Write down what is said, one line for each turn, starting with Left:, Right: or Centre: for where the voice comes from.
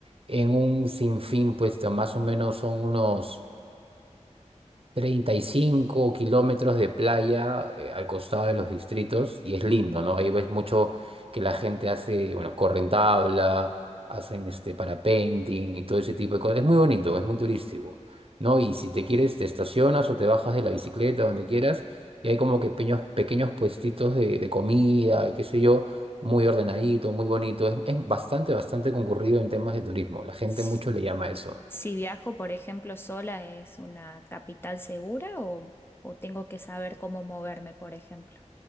Right: en un sinfín, pues ta- más o menos son unos Treinta y cinco kilómetros de playa eh, al costado de los distritos y es lindo, ¿no? Ahí ves mucho que la gente hace, bueno, corren tabla, hacen este parapenting y todo ese tipo de cosas. Es muy bonito, es muy turístico, ¿no? Y si te quieres, te estacionas o te bajas de la bicicleta, donde quieras, y hay como que pequeños, pequeños puestitos de, de comida y qué sé yo, muy ordenadito, muy bonito. Es, es bastante, bastante concurrido en temas de turismo. La gente
Left: S-
Right: mucho le llama eso.
Left: Si viajo, por ejemplo, sola, ¿es una capital segura o, o tengo que saber cómo moverme, por ejemplo,